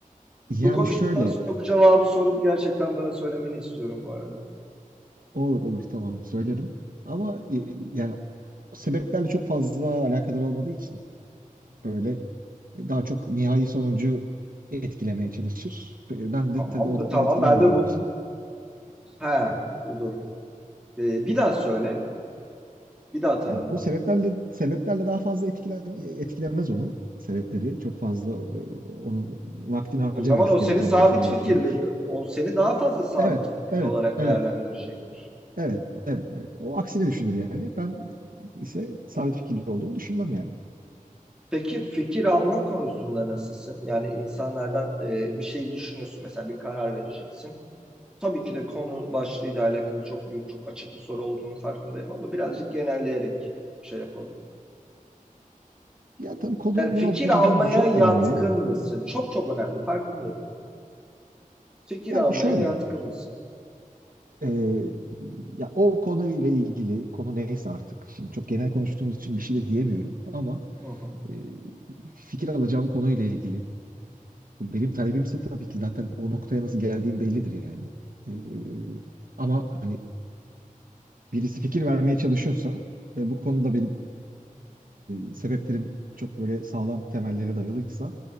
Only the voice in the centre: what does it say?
Bu konuşmadan
sonra bu cevabı sorup gerçekten bana söylemeni istiyorum bu arada.
Tamam,
bu- tamam.
Ben de bu...
He, dur. dur. Ee, bir daha söyle. Bir daha tanımla.
O zaman o seni
sabit
fikirli,
o seni daha fazla sabit
fikirli
olarak
değerlendirecektir.
Peki fikir alma konusunda nasılsın? Yani insanlardan e, bir şey düşünüyorsun, mesela bir karar vereceksin. Tabii ki de konu başlığıyla alakalı çok büyük, çok açık bir soru olduğunu farkındayım ama birazcık genelleyerek şey yapalım.
Yani fikir
almaya
yatkın
mısın? Çok çok önemli, farkındayım. Fikir
almaya
yatkın mısın?
Hı hı.